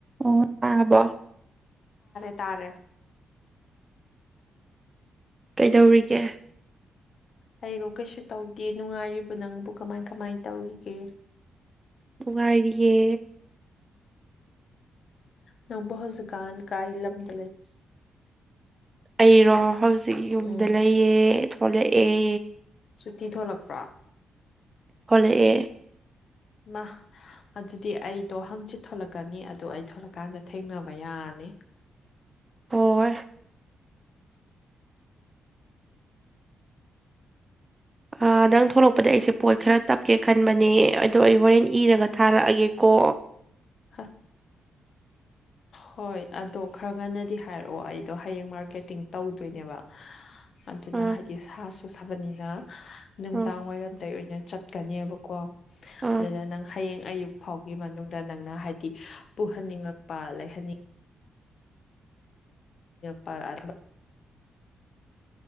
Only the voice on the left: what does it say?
ꯇꯔꯦ
ꯍꯥꯏꯔꯣ ꯀꯩꯁꯨ ꯇꯧꯗꯦ ꯅꯨꯡꯉꯥꯏꯔꯤꯕ ꯅꯪꯕꯨ ꯀꯃꯥꯏ ꯀꯃꯥꯏ ꯇꯧꯔꯤꯒꯦ
ꯅꯣꯡꯝꯕ ꯨꯀꯥꯥꯟ ꯀ ꯏ ꯂꯝꯂꯝ
ꯎꯝ
ꯊꯤ ꯊꯣꯛꯂꯛꯄ꯭ꯔꯥ
ꯃꯥ ꯑꯗꯨꯗꯤ ꯑꯩꯗꯣ ꯍꯪꯆꯤꯠ ꯊꯣꯂꯛꯀꯅꯤ ꯑꯗꯨꯗꯣ ꯑꯩ ꯊꯣꯂꯛꯀꯥꯟꯗ ꯊꯦꯡꯅꯕ ꯌꯥꯔꯅꯤ
ꯍꯥ ꯍꯣꯏ ꯑꯗꯣ ꯈꯔ ꯉꯟꯅꯗꯤ ꯍꯥꯏꯔꯛꯑꯣ ꯑꯩꯗꯣ ꯍꯌꯦꯡ ꯃꯥꯔꯀꯦꯇꯤꯡ ꯇꯧꯗꯣꯏꯅꯦꯕ ꯑꯗꯨꯅ
ꯍꯥꯏꯗꯤ ꯁꯥꯁꯨ ꯁꯥꯕꯅꯤꯅ ꯅꯨꯡꯗꯥꯡ
ꯋꯥꯏꯔꯝꯗ ꯑꯣꯏꯅ ꯆꯠ ꯆꯠꯀꯅꯦꯕꯀꯣ
ꯑꯗꯨꯗ ꯅꯪ ꯍꯌꯦꯡ ꯑꯌꯨꯛ ꯐꯥꯎꯒꯤ ꯃꯅꯨꯡꯗ ꯅꯪꯅ ꯍꯥꯏ ꯄꯨꯍꯟꯅꯤꯡꯉꯛꯄ ꯂꯩꯍꯟꯅꯤꯡꯉ ꯄꯃ